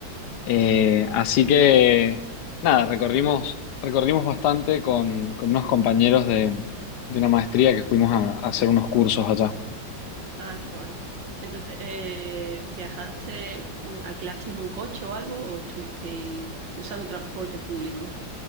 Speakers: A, on the left; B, on the right.
A: Eh, así que, nada, recorrimos,
B: Ajá.
A: recorrimos bastante con, con unos compañeros de, de una maestría que fuimos a, a hacer unos cursos allá.
B: Ah, qué guay. Entonces, eh, ¿viajaste, mm, alquilasteis un coche o algo o estuvisteis usando transporte público?